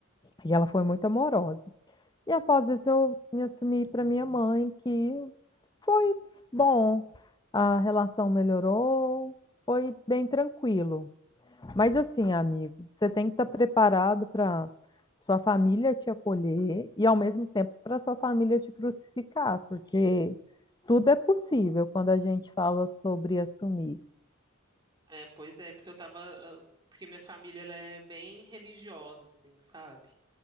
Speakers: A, on the left (about 20°); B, on the right (about 20°).
A: e ela foi muito amorosa. E após isso, eu me assumi para minha mãe, que Foi bom, a relação melhorou, foi bem tranquilo. Mas assim, amigo, você tem que estar preparado para sua família te acolher e ao mesmo tempo para sua família te crucificar, porque tudo é possível quando a gente fala sobre assumir.
B: É, pois é, porque eu tava, ah, porque minha família ela é bem religiosa, assim, sabe?